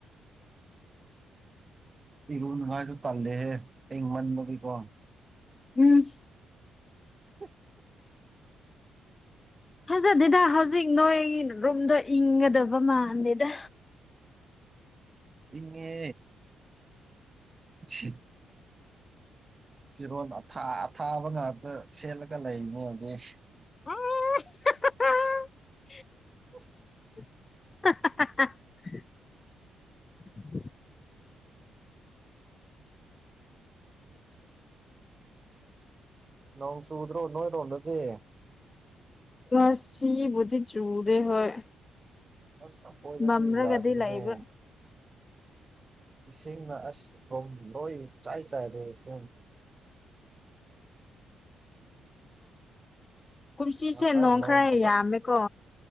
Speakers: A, on the left; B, on the right.
A: <inaudible>
B: ꯏꯕꯨꯕꯨ ꯅꯉꯥꯏ ꯇꯜꯦꯍꯦ ꯇ ꯃꯕꯒ ꯀꯣ
A: ꯎꯝ
B: <unintelligible>
A: ꯐꯖꯗꯦꯗ ꯍꯧꯖꯤꯛ ꯅꯣꯏ ꯔꯨꯝꯗꯣ ꯏꯪꯒꯗꯕ ꯃꯥꯟꯗꯦꯗ
B: ꯏꯉꯦ ꯁꯤ ꯐꯤꯔꯣꯜ ꯑ ꯑꯊꯥꯕ ꯉꯥꯛꯇ ꯁꯦꯠꯂꯒ ꯂꯩꯔꯤꯅꯦ ꯍꯧꯖꯤꯛ
A: ꯑ <unintelligible>
B: ꯍ
A: <unintelligible>
B: ꯅꯣꯡ ꯁꯨꯗ ꯔꯣꯅꯔꯣꯗꯗꯤ
A: ꯉꯁꯤ ꯆꯨꯗꯦ ꯍꯣꯏ
B: ꯑꯁ ꯆꯄꯣꯏꯗꯗꯤ
A: ꯃꯝꯔꯒꯗꯤ
B: ꯌꯥꯗ꯭ꯔꯅꯦ
A: ꯂꯩꯕ
B: ꯏꯁꯤꯡꯅ ꯑꯁ ꯔꯨꯝ ꯂꯣꯏ ꯆꯥꯏ ꯆꯥꯏꯔꯦꯁꯤꯡ
A: ꯀꯨꯝꯁꯤꯁꯦ
B: ꯉꯁꯥꯏ
A: ꯅꯣꯡ ꯈꯔ
B: ꯐꯖ
A: ꯌꯥꯝꯃꯦꯀꯣ